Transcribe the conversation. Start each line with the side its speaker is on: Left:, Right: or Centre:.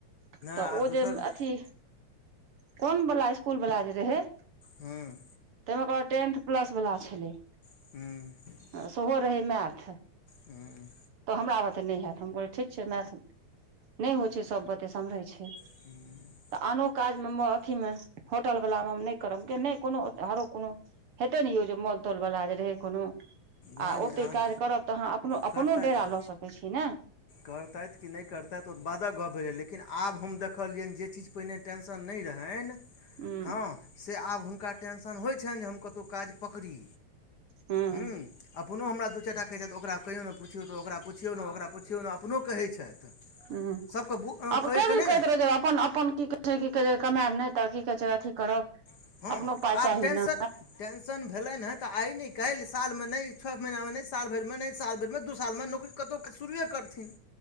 Right: त
Left: आ
Right: ओ
Left: दोसर
Right: जे अथी कोन वला स्कुल वला जे रहै।
Left: हुं
Right: तै मे कहल टेंथ प्लस वला छलैय।
Left: उहुं।
Right: आ सेहो रहै मैथ।
Left: हूँ
Right: तऽ हमरा बते नहि हैत हम कहलियै ठीक छै मैथ, नहि होइ छै सभ बते समरैय छै।
Left: <inaudible>
Right: तऽ आनो काजमे म अथी मे, होटल वला मे हम नहि करब कि नहि कोनो हरो कोनो हेते ने यौ जे मोल तोल बला जे रहै कोनो आ
Left: नहि
Right: ओतहि
Left: नहि आन
Right: काज करब तऽ अहाँ अपनो
Left: करतथि
Right: अपनो डेरा लऽ सकैय छी ने।
Left: करतथि कि नहि करतथि ओ तऽ बादक गप्प भेलय, लेकिन आब हम देखलियनि जे चीज पहिने टेंशन नहि रहैनि
Right: हूँ
Left: हँ से आब हुनका टेंशन होइ छैनि जे हम कतहु काज पकड़ी।
Right: हूँ
Left: हुं अपनो हमरा दू चारि टा खैयतथि, तऽ ओकरा कहियौ ने पुछियौ तऽ ओकरा पुछियौ ने ओकरा पुछियो ने अपनो कहै छथि।
Right: हुं
Left: सभके बु
Right: अब
Left: कहैके
Right: कए दिन
Left: नहि
Right: कहैत
Left: ने
Right: रहैत जे अप्पन-अप्पन की झुठे की कहे छै कमायब नहि, तऽ की कहे छै अथी करब
Left: हँ
Right: अपनो
Left: तऽ
Right: पााय
Left: आब
Right: चाही
Left: टेंशन
Right: ने।
Left: टेंशन भेलेन हैं त आय न काल् साल में नहि छओ महीना मे नहि साल भर में ने साल भर में दू साल में नौकरी कतौक शुरुए करथिन।